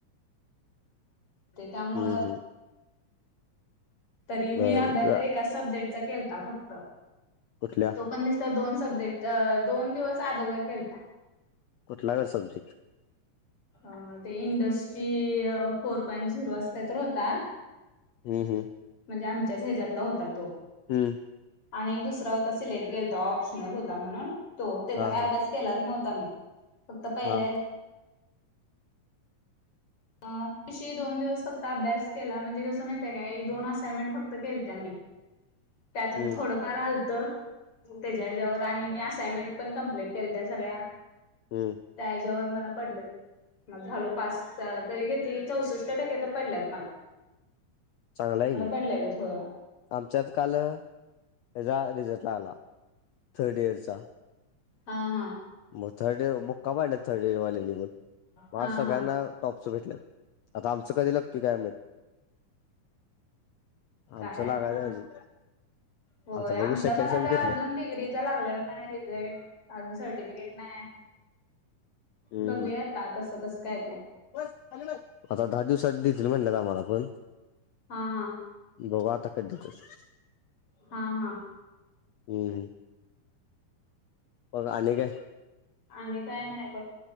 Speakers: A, on the left; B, on the left.
A: ते त्यामुळ
B: हम्म हम्म
A: तरी मी
B: बरोबर
A: अभ्यास एका सब्जेक्टचा केलता फक्त.
B: कुठल्या?
A: तोण बी दिसत दोन सब्जेक्ट दोन दिवस आगोदर केलता.
B: कुठ लागल सब्जी
A: अ ते इंडस्ट्री फोर पॉईंट झिरो असत काय तर होता.
B: हम् हम्.
A: म्हणजे आमच्या हेच्यातला होता तो.
B: हम्म.
A: आणि एक दुसरा होता सिलेक्ट केेल तो ऑप्शनल होता म्हणून तो त्याचा
B: हा
A: काय
B: हा
A: अभ्यास केलाच नव्हता मी फक्त पहिल्या.
B: हा
A: अ तशी दोन दिवस फक्त अभ्यास केला म्हणजे कसं माहितीय काय एक दोन असायनमेंट फक्त केल त्या् मी त्या अजून
B: हम्म
A: थोडं. फार आलतं त्याच्याच्यावर आणि मी असा यमेंट पण कम्प्लीट केल त्या् सगळ्या.
B: हम्म.
A: त्या च्यावर मला पडलो म ग झालो पास. तरी कीती चौसष्ट टक्के तर पडल्यात.
B: चांगलं आहे की.
A: पडलेलंच होय.
B: आमच्यात काल याचा रिझल्ट आला थर्ड डीयरचा.
A: हा हा.
B: मग थर्ड एर बुका पडलं थर्ड ईयरवाल्या ना पण
A: हा
B: मग सगळ्यांना
A: हा
B: टॉपचं भेटलं आता आमचं कधी लागतय मग
A: काय
B: आमचं लागायचं
A: आता
B: अजून
A: होय
B: आता बघू
A: आमचा
B: सेकंड
A: पण
B: सेम
A: आता
B: घेतल्या
A: अजून डिग्री. लागलेला नाय रिझल्ट अजून सर्टिफिकेट नाय.
B: हम्म
A: बघूया
B: हम्म
A: आता कसं कस काय ते.
B: आता दहा दिवसात देतील म्हणल्या आम्हाला पण.
A: हा हा
B: बघू आता कधी देतात.
A: हा हा
B: हम् हम मग आणि काय
A: आणि काय नाय बघ.